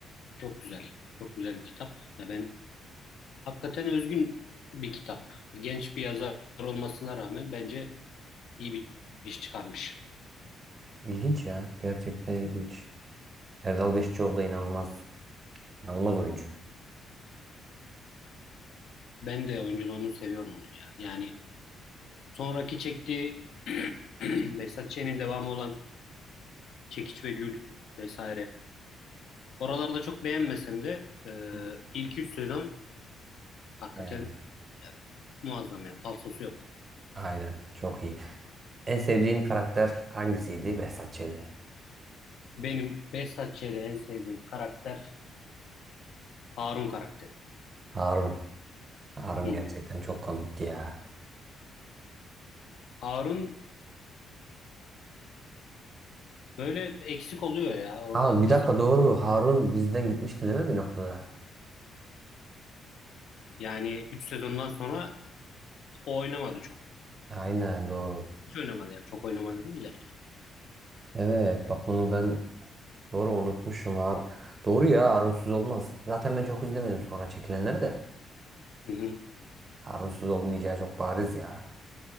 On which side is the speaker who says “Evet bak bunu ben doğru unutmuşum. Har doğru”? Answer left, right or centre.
Right